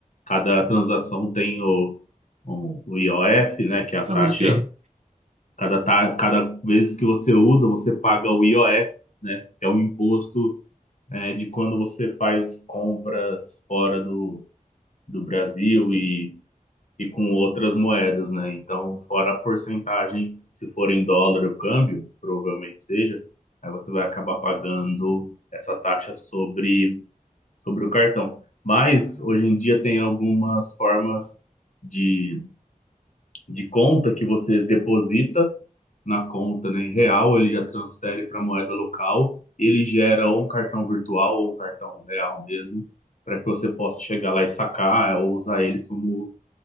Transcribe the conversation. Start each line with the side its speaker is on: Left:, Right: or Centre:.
Left: Cada transação tem o, o, o IOF, né? Que
Right: estamos
Left: é a taxa,
Right: o quê?
Left: cada, ta, cada vez que você usa, você paga o IOF, né? Que é um imposto é, de quando você faz compras fora do, do Brasil e, e com outras moedas, né? Então, fora a porcentagem, se for em dólar o câmbio, provavelmente seja, aí você vai acabar pagando essa taxa sobre, sobre o cartão. Mas hoje em dia tem algumas formas de de conta que você deposita na conta, né, em real, ele já transfere para moeda local, ele gera ou um cartão virtual ou um cartão real mesmo, para que você possa chegar lá e sacar é, ou usar ele como,